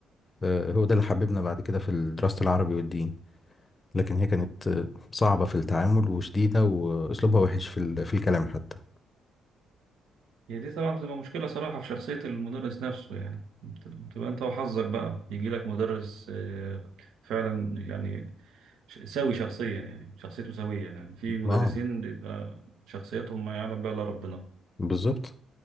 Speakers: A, on the left; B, on the right.
A: آه، هو ده اللي حببنا بعد كده في دراسة العربي والدين لكن هي كانت آه، صعبة في التعامل وشديدة وأسلوبها وحش في ال- في الكلام حتى
B: هي دي طبعا بتبقى مشكلة صراحة في شخصية المدرس نفسه يعني بت- بتبقى انت وحظك بقى يجي لك مدرس آه، فعلا يعني ش- سوي شخصيا يعني شخصيته سوية يعني في مدرسين
A: اه
B: بيبقى شخصيتهم ما يعلم بها الا ربنا
A: بالظبط